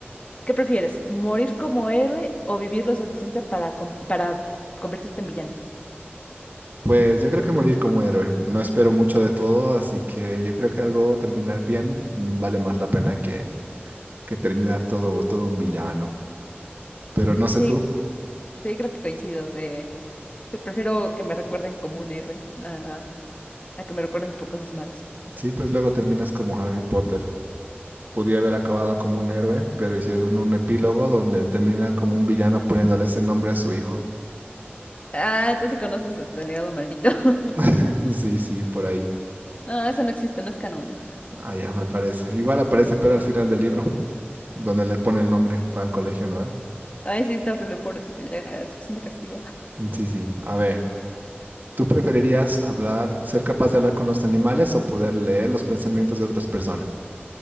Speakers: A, on the left; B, on the right.
A: ¿Qué prefieres? ¿Morir como héroe o vivir lo suficiente para, com- para convertirte en villano?
B: Pues yo creo que morir como héroe. No espero mucho de todo, así que yo creo que algo terminar bien mm, vale más la pena que, que terminar todo, todo un villano. Pero no
A: Sí,
B: sé tú.
A: sí, creo que coincido de que prefiero que me recuerden como un héroe a, a que me recuerden por cosas malas.
B: Sí, pues luego terminas como Harry Potter. Podía haber acabado como un héroe, pero hicieron un epílogo donde termina como un villano poniéndole ese nombre a su hijo.
A: Ah, tú sí conoces este legado maldito. <laughs>
B: <laughs> Sí, sí, por ahí.
A: No, eso no existe, no es canon.
B: Ah, ya, me parece. Igual aparece, pero al final del libro, donde le pone el nombre para el colegio, ¿no? Eh?
A: Ay, sí, está horrible, pobrecito, ya es suficiente castigo.
B: Sí, sí. A ver. ¿Tú preferirías hablar, ser capaz de hablar con los animales o poder leer los pensamientos de otras personas?